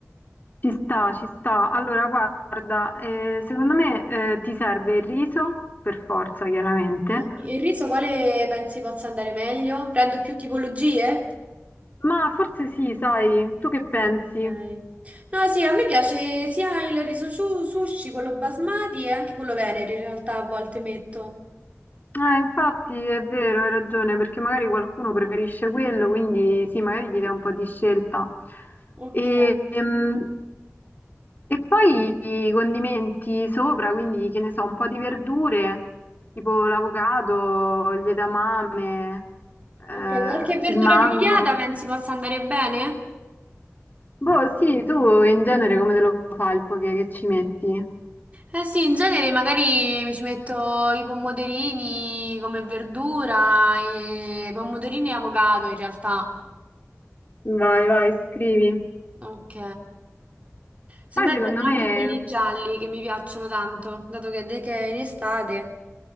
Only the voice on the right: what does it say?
Eh, il riso quale pensi possa andare meglio? Prendo più tipologie?
Ok. No, sì, a me piace sia il riso su- sushi, quello basmati e anche quello venere in realtà a volte metto.
Ok.
Ok, qualche verdura
grigliata pensi possa andare bene?
Eh sì, in genere magari mi ci metto i pomodorini come verdura, e pomodorini e avocado in realtà.
Ok. Semmai
prendo
anche quelli
gialli che mi piacciono tanto, dato che, che è in estate.